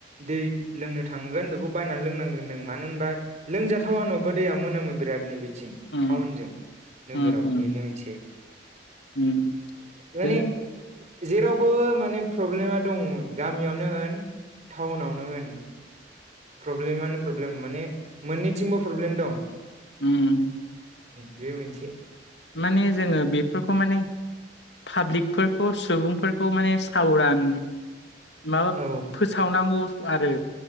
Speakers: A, on the right; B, on the left.
A: दै लोंनो थांगोन बेखौ बायनानै लोंनो रोंनांगोन मानो होनबा लोंजाथावा नबा दैया मोनामो बिरादनि बिदि थिं
B: उम
A: टाउनजों नोगोराव
B: उम उम
A: बेनि मोनसे
B: उम
A: माने
B: बे
A: जेरावबो माने प्रब्लेमा दं गामियावनो होन टाउनावनो होन। प्रब्लेमानो प्रब्लेम माने मोननैथिंबो प्रब्लेम दं
B: उम
A: बे मोनसे
B: माने जोङो बेफोरखौ माने पाब्लिकफोरखौ सुबुंफोरखौ माने सावरान माबा
A: औ
B: फोसावनांगौ आरो